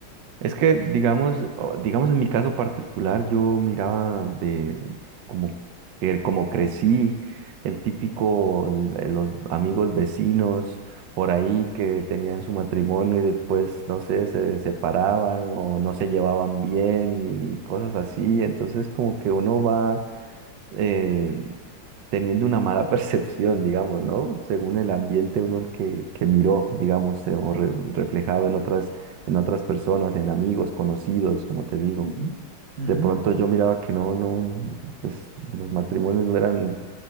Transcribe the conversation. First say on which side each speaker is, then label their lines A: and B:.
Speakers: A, on the right (about 70°); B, on the right (about 85°).
A: Es que, digamos, o- digamos en mi caso particular, yo miraba de como, que- como crecí, el típico, el- el- los amigos vecinos por ahí que tenían su matrimonio y después, no sé, se separaban o no se llevaban bien y cosas así. Entonces, como que uno va eh, teniendo una mala <laughs> percepción, digamos, ¿no? Según el ambiente uno el que, que miró, digamos, eh, o re- reflejado en otras, en otras personas, en amigos, conocidos, como te digo.
B: Ujú, ujú,
A: De pronto
B: ujú.
A: yo miraba que no, no, pues los matrimonios no eran